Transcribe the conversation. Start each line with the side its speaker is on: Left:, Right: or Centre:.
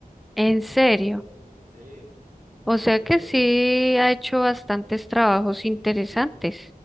Centre: En serio,
Right: Sí,
Centre: o sea
Right: de
Centre: que
Right: hecho.
Centre: sí ha hecho bastantes trabajos interesantes.